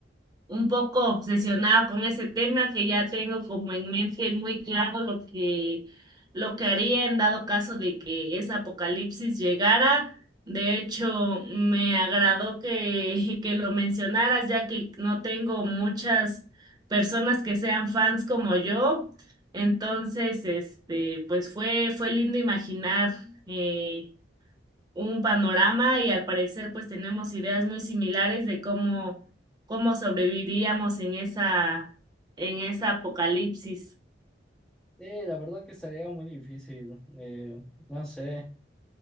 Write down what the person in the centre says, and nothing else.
Sí, la verdad que estaría muy difícil. eh, no sé.